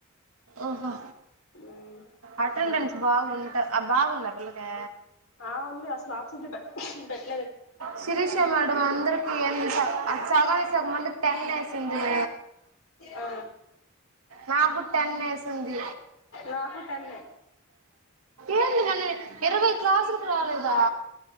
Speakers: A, on the right (about 85°); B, on the left (about 65°).
A: ఓహో
B: ఉమ్
A: అటెండెన్స్ బాగుంట బాగుంది పిల్లకి
B: ఆ ఉంది అసలు ఆబ్సెంట్ ఏ పెట్టలే
A: శిరీష మేడం అందరికి సగానికి సగంమందికి టెన్ వేసిందే
B: ఆ
A: నా కూడా టెన్ వేసి ంది
B: నాకు టెన్నే
A: ఏంది నన్న ఇరవై క్లాసులకు రాలేదా